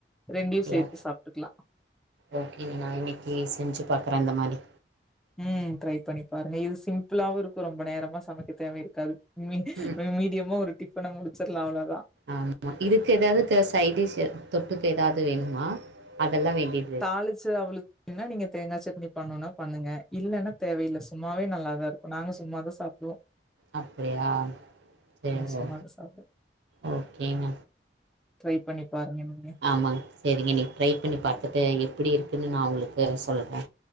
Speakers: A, in the centre; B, on the right.
A: ரெண்டையு
B: அப்படியா?
A: சேத்து சாப்ட்டுக்லா
B: ஓகேங்க நா இன்னக்கி செஞ்சு பாக்குற அந்த மாரி
A: ம் ட்ரை பண்ணி பாருங்க இது சிம்பிளாவு இருக்கு ரொம்ப நேரமா சமைக்க தேவ இருக்காது மி
B: ம்
A: மீடியமா ஒரு டிப்பன முடிச்சர்லா அவ்ளதா
B: ஆமா இதுக்கு எதாவ்து க சைட்டிஷு தொட்டுக்க எதாது வேணுமா அதெல்லா வேண்டிய
A: தாளிச்சி அவலுக் இல்லன்னா நீங்க தேங்கா சட்னி பண்ணுன்னா பண்ணுங்க இல்லனா தேவயில்ல சும்மாவே நல்லாதா இருக்கு நாங்க சும்மாதா சாப்டுவோ
B: அப்டியா சேர்
A: சும்மா
B: ஓ
A: தான் சாப்பிடுவோம்.
B: ஓகேங்க
A: ட்ரை பண்ணி பாருங்க நீங்க
B: ஆமாங் சேரிங்க இன்னிக் ட்ரை பண்ணி பாத்துட்டு எப்மிடி இருக்குன்னு நா உங்களுக்கு சொல்றே